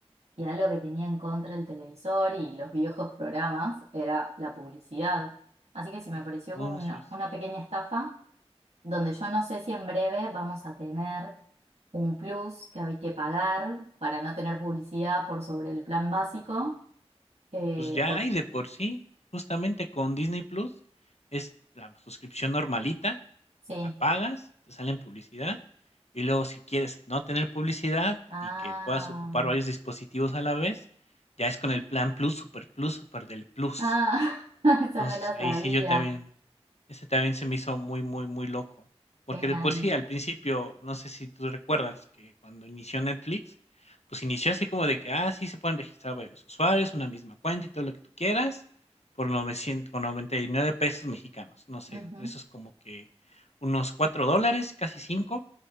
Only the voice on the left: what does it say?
los
anuncios.
Pues ya
hay de por sí, justamente con Disney Plus, es la suscripción normalita,
la pagas, te salen publicidad, y luego si quieres no tener publicidad
y que puedas ocupar varios dispositivos a la vez, ya es con el plan Plus, Super Plus, Super del Plus.
Entonces
ahí
sí yo también ese también se me hizo muy, muy, muy loco, porque
de por sí al principio, no sé si tú recuerdas que cuando inició Netflix, pues inició así como de que, ah, sí, se pueden registrar varios usuarios, una misma cuenta y todo lo que tú quieras, por 900, con 99 pesos mexicanos, no sé,
eso es como que unos 4 dólares, casi cinco